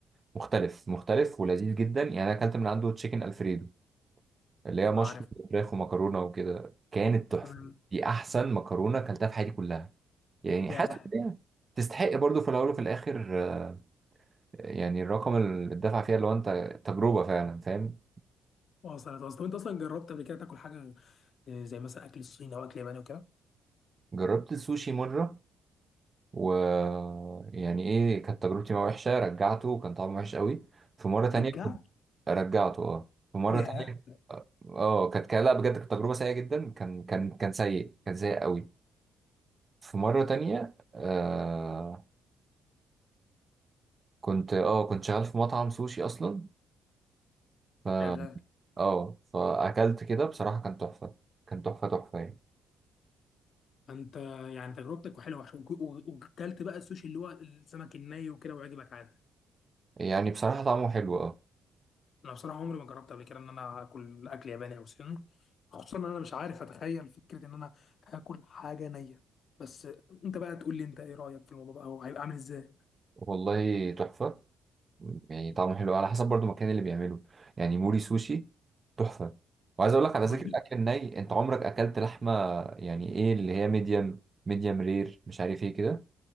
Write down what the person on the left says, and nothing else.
<laughs>
عارف
تمام
ياه
وصلت وصلت وانت اصلا جربت قبل كده تاكل حاجه آه، زي مثلا اكل الصيني او اكل ياباني وكده
رجعت
ياه
شغال
فانت يعني تجربتك حلوه عشان وك- و- وكلت بقى السوشي اللي هو السمك الني وكده وعجبك عادي
انا بصراحه عمري ما جربت قبل كده ان انا اكل اكل ياباني او صيني خصوصا ان انا مش عارف اتخيل فكره ان انا هاكل حاجه نيه بس انت بقى تقول لي انت ايه رايك في الموضوع بقى وهيبقى عامل ازاي
ملهم.